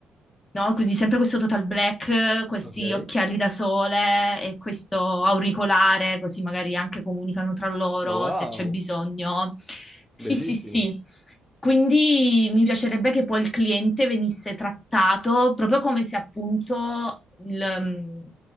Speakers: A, on the left; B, in the centre.
A: no? Quindi sempre questo total black, questi
B: Ok.
A: occhiali da sole e questo auricolare, così magari anche comunicano tra loro
B: Ma wow.
A: se c'è bisogno. Sì,
B: Bellissimo,
A: sì, sì. Quindi mi piacerebbe che poi il cliente venisse trattato proprio come se appunto il, mm,